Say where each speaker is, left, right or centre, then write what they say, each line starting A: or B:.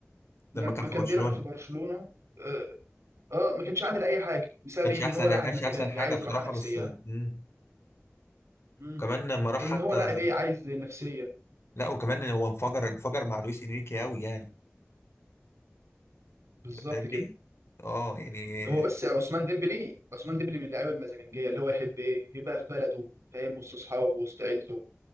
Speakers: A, on the right; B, on the left.
A: لما
B: لما كان في
A: كان
B: برشلونه
A: بيلعب في برشلونه اه آه، ما كانش عامل اي حاجه بسبب
B: كانش
A: ايه ان
B: احسن
A: هو لاعب
B: كانش
A: مزاجنجي
B: احسن حاجه
A: عايز
B: بصراحه
A: راحه نفسيه
B: بس مم.
A: مم.
B: كمان لما راح
A: ان
B: حتى
A: هو لاعب ايه عايز نفسيه
B: لا وكمان هو انفجر انفجر مع لويس انريكي قوي يعني
A: بالظبط
B: فاهمني
A: كده
B: اه يعني
A: هو بس عثمان ديمبلي عثمان ديمبلي من اللعيبه المزاجنجيه اللي هو يحب ايه يبقى في بلده فاهم وسط اصحابه وسط عيلته